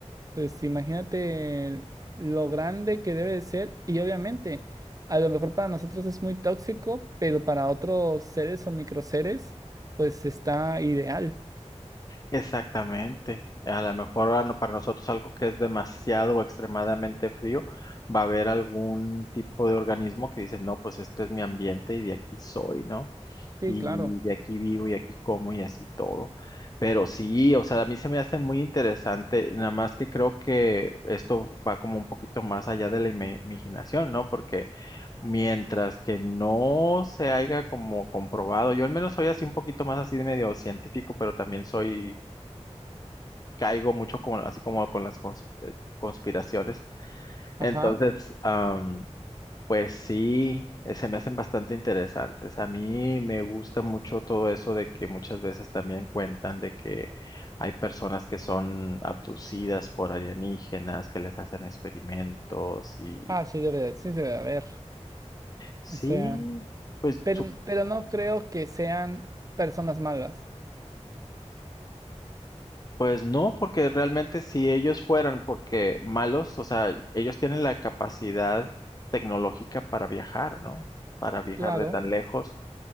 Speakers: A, on the right (about 30°); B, on the left (about 35°).
A: pues imagínate lo grande que debe de ser y obviamente a lo mejor para nosotros es muy tóxico, pero para otros seres o microseres pues está ideal.
B: Exactamente. A lo mejor a no- para nosotros algo que es demasiado o extremadamente frío, va a haber algún tipo de organismo que dice, no, pues este es mi ambiente y de aquí soy, ¿no?
A: Sí,
B: Y
A: claro.
B: de aquí vivo y aquí como y así todo. Pero sí, o sea, a mí se me hace muy interesante, nada más que creo que esto va como un poquito más allá de la ime- imaginación, ¿no? Porque Mientras que no se haya como comprobado, yo al menos soy así un poquito más así de medio científico, pero también soy, caigo mucho con, así como con las cons- eh, conspiraciones.
A: Ajá.
B: Entonces, am, pues sí, eh, se me hacen bastante interesantes. A mí me gusta mucho todo eso de que muchas veces también cuentan de que hay personas que son abducidas por alienígenas, que les hacen experimentos y
A: Ah, sí debe de, sí debe de haber.
B: sí.
A: O sea,
B: Pues
A: pero, pero no creo que sean personas malas.
B: Pues no, porque realmente si ellos fueran porque malos, o sea, ellos tienen la capacidad tecnológica para viajar, ¿no? Para viajar
A: Claro.
B: de tan lejos.